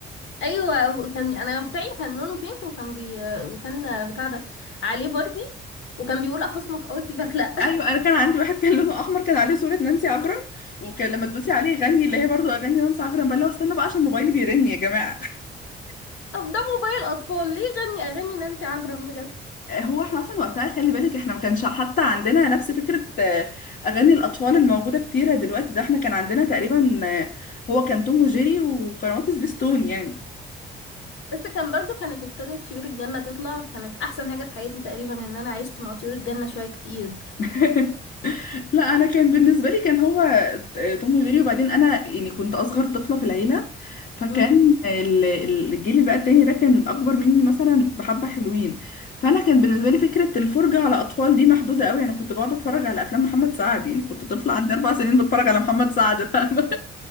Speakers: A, on the left; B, on the left.
A: ايوه كان انا بتاعي كان لونه بينك وكان بي... وكان بتاع ده عليه باربي وكان بيقول اخصمك اه سيبك لا
B: أيوة أنا كان عندي واحد كان لونه أحمر كان عليه صورة نانسي عجرم وكان لما تدوسي عليه يغني اللي هي برضو أغاني نانسي عجرم بقى اللي هو استنى بقى عشان موبايلي بيرن يا جماعة
A: <laughs> طب ده موبايل اطفال ليه غني اغاني نانسي عجرم بجد
B: آه، هو احنا أصلا وقتها خلي بالك احنا ما كانش حتى عندنا نفس فكرة آه، أغاني الأطفال الموجودة كتيرة دلوقتي ده احنا كان عندنا تقريبا آه، هو كان توم وجيري وقنوات سبيستون يعني
A: بس كان برضو كانت ابتدت طيور الجنة تطلع كانت أحسن حاجة في حياتي تقريبا إن أنا عشت مع طيور الجنة شوية كتير
B: <laughs> لا انا كان بالنسبه لي كان هو توم وجيري وبعدين انا يعني كنت اصغر طفله في العيله فكان
A: امم
B: ال- الجيل بقى التاني ده كان اكبر مني مثلا بحبه حلوين فانا كان بالنسبه لي فكره الفرجه على اطفال دي محدوده قوي انا كنت بقعد اتفرج على افلام محمد سعد يعني كنت طفله عندي اربع سنين بتفرج على محمد سعد فاهمه